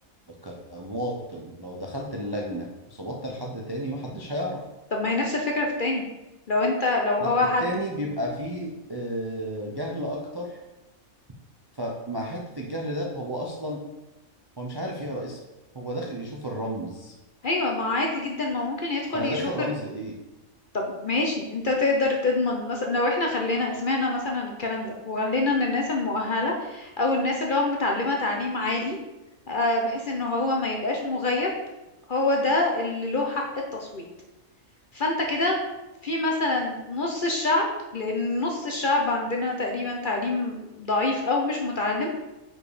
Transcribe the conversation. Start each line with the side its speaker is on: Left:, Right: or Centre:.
Right: كمواطن لو دخلت اللجنة وصوتت لحد تاني ما حدش هيعرف
Left: طب ما هي نفس الفكرة في التاني لو انت لو
Right: لا
Left: هو
Right: التاني
Left: حد
Right: بيبقى فيه آه، جهل اكتر فمع حتة الجهل ده هو اصلا هو مش عارف يقرأ اسم هو داخل يشوف الرمز
Left: ايوه ما عادي جدا ما ممكن يدخل
Right: فانا
Left: يشوف
Right: داخل رمز ايه
Left: طب ماشي انت تقدر تضمن مثلا لو احنا خلينا سمعنا مثلا الكلام ده وخلينا ان الناس المؤهلة او الناس اللي هو متعلمة تعليم عالي آه، بحيث ان هو ما يبقاش مغيب هو ده اللي له حق التصويت فانت كده في مثلا نص الشعب لان نص الشعب عندنا تقريبا تعليم ضعيف او مش متعلم